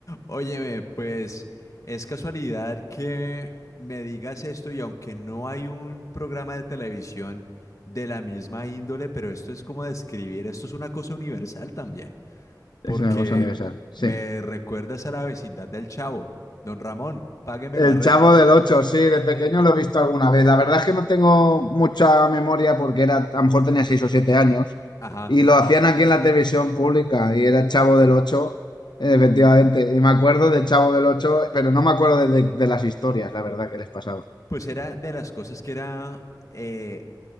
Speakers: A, on the left; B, on the left.
A: Óyeme, pues es casualidad que me digas esto y aunque no hay un programa de televisión de la misma índole, pero esto es como describir, esto es una cosa universal también, porque
B: Es una cosa universal, sí.
A: me recuerdas a la vecindad del Chavo. Don Ramón, págueme
B: El
A: la renta.
B: Chavo del Ocho, sí, de pequeño
A: Sí.
B: lo he visto alguna vez. La verdad es que no tengo mucha memoria porque era, a lo mejor tenía seis o siete años
A: Ajá.
B: y lo hacían aquí en la televisión pública y era Chavo del Ocho, eh, efectivamente. Y me acuerdo del Chavo del Ocho, pero no me acuerdo de, de- de las historias, la verdad, que les pasaba.
A: Pues era de las cosas que era eh,